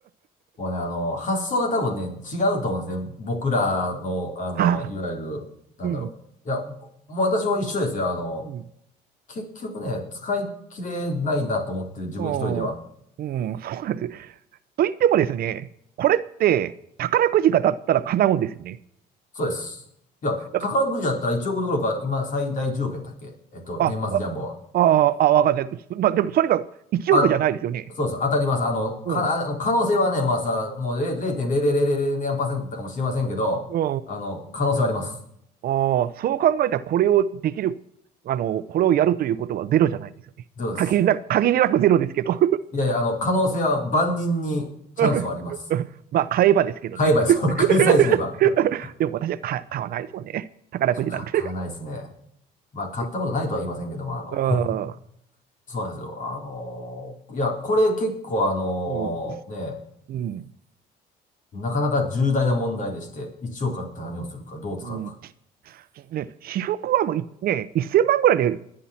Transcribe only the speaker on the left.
もうね、あの、発想が多分ね、違うと思うんですね。僕らの、
あの、
いわゆる、なんだろう。
いや、もう私も一緒ですよ。あの、
結局ね、使い切れないなと思ってる、自分一人では。
そうです。いや、
宝くじだったら1億どころか、今最大10億やったっけえっと、
年末ジャンボは。
あ、そうです当たります。あの、か、
あの、可能性はね、まあさ、もう0 0.0000何かもしれませんけど、
あの、可能性はあります。
そうです。
いやいや、あの、可能性は万人にチャンスはあります。
買えば、開催すれば。
<laughs>
あ、そうか、買わないですね。まあ、買ったことないとは言いませんけども、
あの、
そうなんですよ。あのーいや、これ結構あのーね、
なかなか重大な問題でして、1億あったら何をするか、どう使うか。